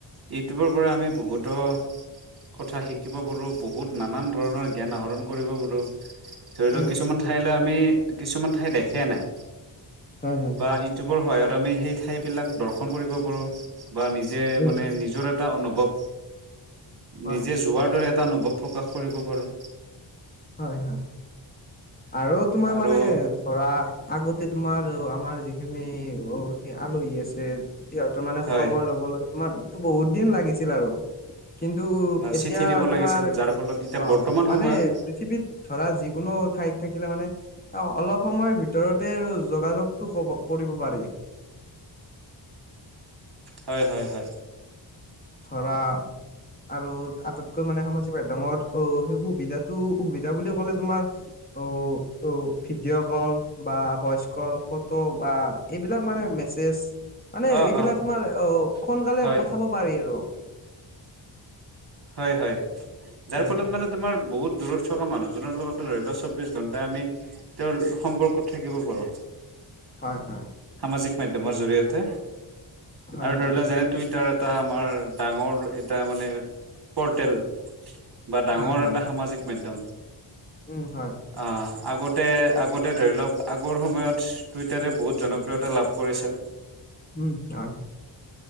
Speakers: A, on the right; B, on the left.
A: ইউটিউবৰ পৰা আমি বহুতো কথা শিকিব পাৰোঁ বহুত নানান ধৰণৰ জ্ঞান আহৰণ কৰিব পাৰোঁ। ধৰি লওক
B: উম
A: কিছুমান
B: উম
A: ঠাইলৈ আমি কিছুমান ঠাই দেখে নাই
B: হয় হয়।
A: বা ইটিউব। বোৰ সহায়ত আমি সেই ঠাই বিলাক দৰ্শন কৰিব পাৰো বা নিজে
B: উম
A: মানে নিজৰ- এটা অনুভৱ
B: হয়
A: নিজে যোৱাৰ দৰে এটা অনুভৱ প্ৰকাশ কৰিব পাৰোঁ।
B: হয় হয় আৰু তোমাৰ
A: আৰু
B: মানে ধৰা আগতে তোমাৰ আম- তোমাৰ যিখিনি অ সেই আলহী আছে সিহঁতৰ মানে
A: হয়
B: খবৰ লবলৈ তোমাৰ বহুত দিন লাগিছিল আৰু। কিন্তু এতিয়া
A: চিঠি দিব
B: তোমাৰ
A: লাগিছিল যাৰ ফলত এতিয়া
B: অ
A: বৰ্তমান
B: মানে
A: সময়ত
B: বিধ ধৰা যিকোনো ঠাইত থাকিলে মানে অলপ সময়ৰ ভিতৰতে আৰু যোগাযোগতটো ক'ব কৰিব পাৰি।
A: হয় হয় হয়।
B: ধৰা আৰু আটাইতকৈ মানে সামাজিক মাধ্যমত অ সেই সুবিধাত টো সুবিধা বুলি ক'লে তোমাৰ অ অ ভিডিঅ' কল বা ভইচ কল। ফটো বা এইবিলাক মানে মেছেজ। মানে
A: অ
B: এইবিলাক
A: অ
B: তোমাৰ আহ সোনকালে
A: হয়
B: পঠাব পাৰি আৰু।
A: হয় হয় যাৰ
B: উম
A: ফলত মানে তোমাৰ বহুত। দূৰত থকা মানুহজনৰ লগতে ধৰি লোৱা চৌব্বিছ ঘণ্টা আমি তেওঁৰ সম্পৰ্কত থাকিব পাৰোঁ।
B: হয় হয়।
A: সামাজিক মাধ্যমৰ জড়িয়তে
B: হয়
A: আৰু ধৰি
B: হয়
A: লোৱা যেনে তুইতাৰত এটা আমাৰ ডাঙৰ এটা মানে পৰ্টেল। বা ডাঙৰ
B: হয় হয়
A: এটা সামাজিক মাধ্যম।
B: উম হয়।
A: আহ আগতে আগতে ধৰি লওঁক আগৰ সময়ত টুইটাৰে বহুত জনপ্ৰিয়তা লাভ কৰিছে।
B: উম হয়।